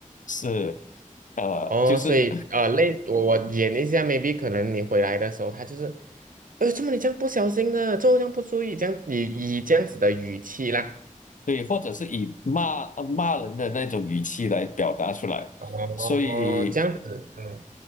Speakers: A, on the left; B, on the right.
A: 是呃，
B: 哦，
A: 就是
B: 所以呃，类我我演一下，maybe 可能你回来的时候，他就是，哎，怎么你这样不小心的，怎么这样不注意，这样以以这样子的语气啦。
A: 对，或者是以骂呃骂人的那种语气来表达出来，
B: 哦，
A: 所以
B: 这样子，嗯。